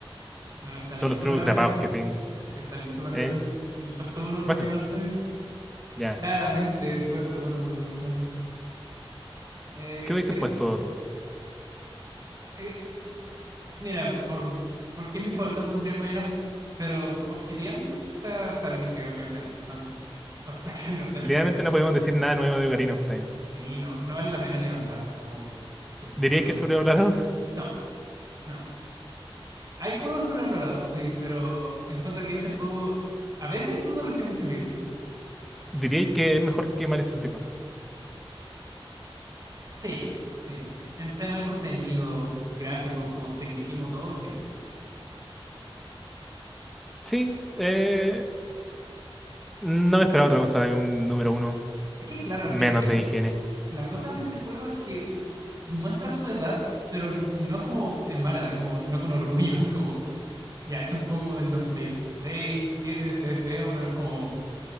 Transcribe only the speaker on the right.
Bueno, ¿estás listo
para
ver?
¿Estás listo para
ver el, el puesto uno
que no está
Claramente, el puesto uno que no está Eh,
creo,
eh, mira, por, ¿por qué mi favorito pondría el Mayoras? Pero objetivamente quizá está bien que Ocarina of Time, of- <laughs> Ocarina of Time
esté acá.
Sí, no, no vale la pena ni hablar como de este
juego.
No, no. Hay juegos sobrevalorados, sí, pero encuentro que este juego a veces incluso recibe mucho hate.
Sí, sí. En tema de contenido, gráficos, como tecnicismo, todo, sí.
Es que claro, al
final, es que
la cosa de este juego es que muestra su edad, pero n- no como en mala, como, sino con orgullo. <laughs> Como, ya, este es un juego como del 96, 7, se ve feo, pero es como...